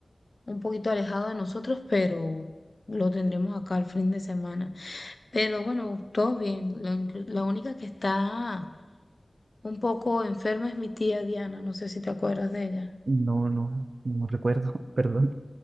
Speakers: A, on the left (about 45°); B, on the right (about 70°).
A: un poquito alejado de nosotros, pero lo tendremos acá el fin de semana. Pero bueno, todo bien. La, inclu- la única que está un poco enferma es mi tía Diana, no sé si te acuerdas de ella.
B: no, no, no recuerdo, <laughs> perdón.